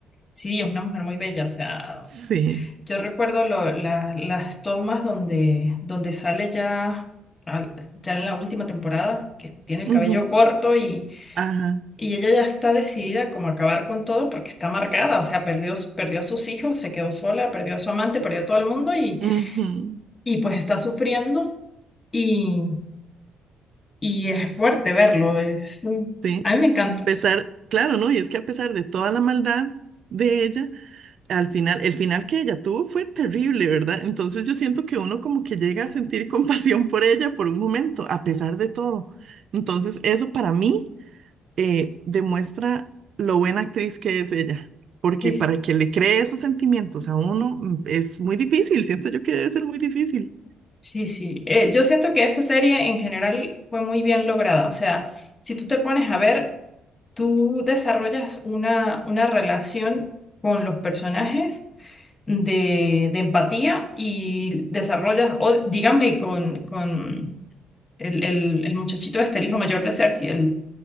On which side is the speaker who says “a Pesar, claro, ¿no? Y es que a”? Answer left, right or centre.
Right